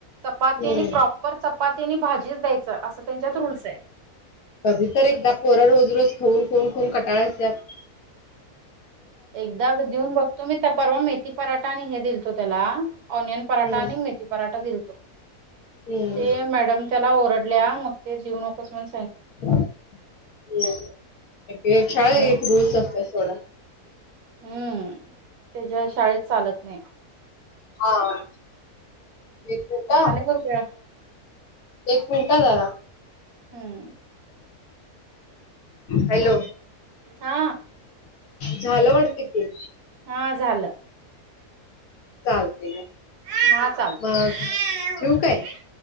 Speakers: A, on the right; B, on the left.
A: चपाती
B: हम्म
A: आणि प्रॉपर च चपातीनी भाजीच द्यायचं असं त्यांच्यात रूल्स आहे.
B: कधी तर एकदा पोर रोज रोज खाऊन खाऊन कटाळ अस्यात
A: एकदा देऊन बघतो मी, त्या परवा मेथी पराठा आणि हे दिलतो त्याला ऑनियन पराठा
B: हम्म
A: आणि मेथी पराठा दि
B: हम्म
A: ते मॅडम त्याला ओरडल्या मग ते जीऊ नकोस म्हण
B: हम एक
A: म्हणून
B: रूल्स असत थोडा
A: हम्म त्याच्या शाळेत चालत नाही.
B: हा. एक मिनिट
A: झाले बघ वेळ
B: एक मिनट जरा
A: हम्म
B: हॅलो
A: हा
B: झालं वाटत ते
A: हा झालं
B: चालते का
A: हा चालतय
B: मग ठेव काय?